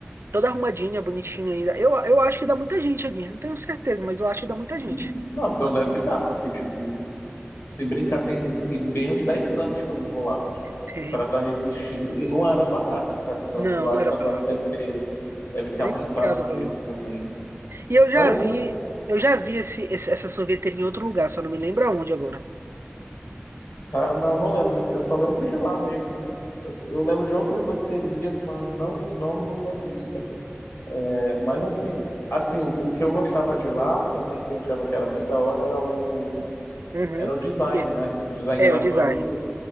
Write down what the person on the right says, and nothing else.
toda arrumadinha, bonitinha ainda. Eu, eu acho que dá muita gente aqui, não tenho certeza, mas eu acho que dá muita gente.
<laughs>
Tem.
Não,
não era
barato.
Triplicado
o valor.
E eu
já
vi, eu já vi esse, esse- essa sorveteria em outro lugar, só não me lembro aonde agora.
Uhum.
É,
é o
design.